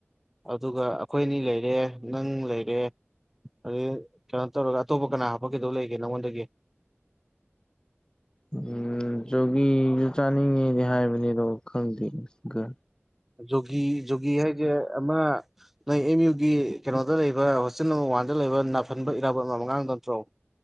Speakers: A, in the centre; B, on the left (about 20°).
A: ꯑꯗꯨꯒ ꯑꯩꯈꯣꯏ ꯑꯅꯤ ꯂꯩꯔꯦ ꯅꯪ ꯂꯩꯔꯦ ꯑꯗꯨꯗꯩ ꯀꯩꯅꯣ ꯇꯧꯔꯒ ꯑꯇꯣꯞꯄ ꯀꯅꯥ ꯍꯥꯞꯄꯛꯈꯤꯗꯧ ꯂꯩꯒꯦ ꯅꯪꯉꯣꯟꯗꯒꯤ
B: ꯎꯝ ꯖꯣꯒꯤꯖꯨ ꯆꯥꯅꯤꯡꯉꯦꯗꯤ ꯍꯥꯏꯕꯅꯤ ꯑꯗꯣ ꯈꯪꯗꯦꯅꯦ ꯒ
A: ꯖꯣꯒꯤ ꯖꯣꯒꯤ ꯍꯥꯏꯖꯦ ꯑꯃ ꯅꯣꯏ ꯑꯦꯝ ꯌꯨꯒꯤ ꯀꯩꯅꯣꯗ ꯂꯩꯕ ꯍꯣꯁꯇꯦꯜ ꯅꯝꯕꯔ ꯋꯥꯟꯗ ꯂꯩꯕ ꯅꯥꯐꯟꯕ ꯏꯔꯥꯕꯣꯠ ꯃꯥꯟꯕ ꯑꯉꯥꯡꯗꯣ ꯅꯠꯇ꯭ꯔꯣ